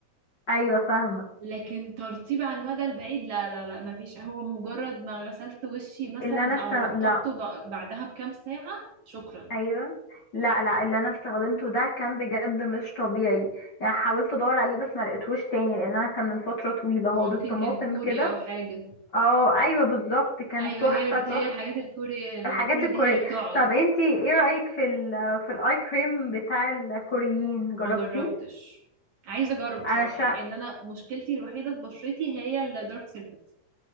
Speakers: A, on the left; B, on the right.
A: ايوه فاهمه
B: لكن ترطيب على المدى البعيد لا لا لا مفيش هو مجرد ما غسلت وشي مثلا
A: اللي انا استغ...
B: أو رطبته
A: لا
B: ب- بعدها بكام ساعة شكرا
A: ايوه لا لا اللي انا استخدمته ده كان بجد مش طبيعي يعني حاولت ادور عليه بس ما لقيتهوش تاني لان انا كان من فتره طويله هو
B: ممكن
A: بالطماطم
B: كان كوري
A: كده
B: أو حاجة
A: اه ايوه بالظبط كان
B: أيوة
A: تحفه
B: هي اللي
A: تحفه
B: بتهيألي الحاجات الكوري
A: الحاجات
B: الكوري
A: الكوريه
B: دي هي اللي بتقعد
A: طب انتي ايه رايك في ال في الاي كريم بتاع الكوريين جربتيه
B: ما جربتش عايزه اجرب بصراحه
A: انا شا...
B: لان انا مشكلتي الوحيده في بشرتي هي الدارك سيركلز